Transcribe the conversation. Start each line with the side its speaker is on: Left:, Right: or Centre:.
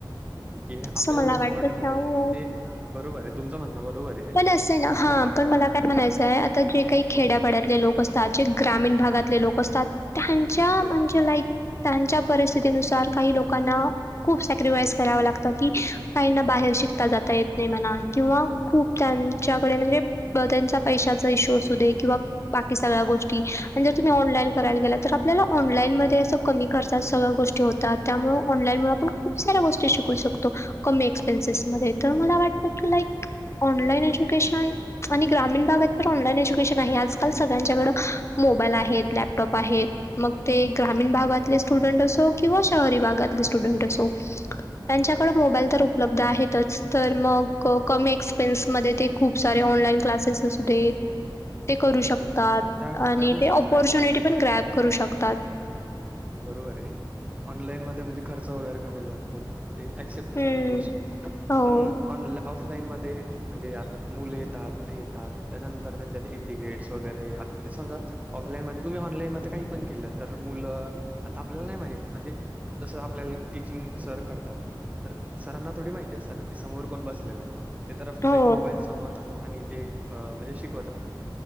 Right: ठीक आहे
Left: असं
Right: आपल्यावर
Left: मला
Right: इम्पॉर्टंट
Left: वाटतं त्यामुळे
Right: आहे ते बरोबर आहे तुमचं म्हणणं बरोबर आहे
Left: पण हां
Right: म्हणजे
Left: पण मला काय म्हणायचंय आता जे काही खेड्यापाड्यातले लोक असतात जे ग्रामीण भागातले लोक असतात त्यांच्या म्हणजे लाईक त्यांच्या परिस्थितीनुसार काही लोकांना खूप सॅक्रिफाईस करावं लागतं की काहीना बाहेर शिकता जाता येत नाही म्हणा किंवा खूप त्यांच्याकडे म्हणजे त्यांचा पैशाचा इशू असू दे किंवा बाकी सगळ्या गोष्टी र त ऑलाईन करायला गेलं तर आपल्याला ऑनलाईनमध्ये असं कमी खर्चात सगळ्या गोष्टी होतात त्यामुळे ऑनलाईनमुळे आपण खूप ख साऱ्या गोष्टी शिकू शकतो कमी एक्सपेन्सेस मध्ये तर मला वाटत की लाईक ऑनलाईन एज्युकेशन आणि ग्रामीण भागात पण ऑनलाईन एज्युकेशन आहे आजकाल सगळ्यांच्याकडं मोबाईल आहेत लॅप लॅपटॉप आहे मग ते ग्रामीण भागातले स्टुडंट असो किंवा शहरी भागातले स्टुडंट असो त्यांच्याकडे मोबाईल तर उपलब्ध आहेतच तर मग कमी एक्सपेन्स मध्ये ते खूप सारे ऑनलाईन क्लासेस असू दे ते करू
Right: ठीक
Left: शकतात
Right: आहे त्या
Left: आणि
Right: त्या गोष्टीचा
Left: ते पॉर्च्युनिटी
Right: आहे फायदा
Left: पण ग्रॅप करू शकतात
Right: बरोबर आहे ऑनलाईन मध्ये म्हणजे खर्च वगैरे कमी लागतो ते ऍक्सेप सगळ्या
Left: हम्म
Right: गोष्टी
Left: हो
Right: पण ऑन ऑफलाईन मध्ये म्हणजे आता मुलं येतात ते येतात त्याच्यानंतर त्यांच्या तिकीट्स वगैरे आता ते समजा ऑफलाईन म तुम्ही ऑनलाईन मध्ये काही पण केलं तर मुलं आता आपल्याला नाही माहि म्हणजे जसं आपल्याला टीचिंग सर करतात तर सरांना थोडी माहिती असतें ना की समोर कोण बसलेला आहे ते तर फक्त
Left: हो
Right: एक मोबाईल समोर राहतो आणि ते अ म्हणजे शिकवत राहतात